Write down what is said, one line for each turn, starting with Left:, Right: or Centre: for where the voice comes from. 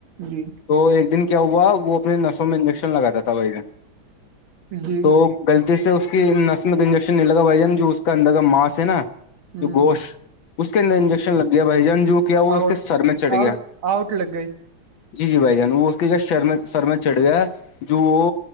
Right: جی
Left: تو ایک دن کیا ہوا وہ اپنی نسوں میں انجیکشن لگاتا تھا وہ ایک دن
Right: جی
Left: گغلطی سے اس کی نسمت انجیکشن نہیں لگا بھائی جان جو اس کا اندر کا ماس نا
Right: ہ
Left: جو گوشت اس کے اندر انجیکشن لگ گیا بھائی جان جو کیا وہ
Right: آؤٹ
Left: اس کے سر میں چڑھ گیا
Right: آؤٹ آؤٹ لگا ہی
Left: جی جی بھائی جان وہ اس کے کیا شر سر میں چڑھ گیا جو وہ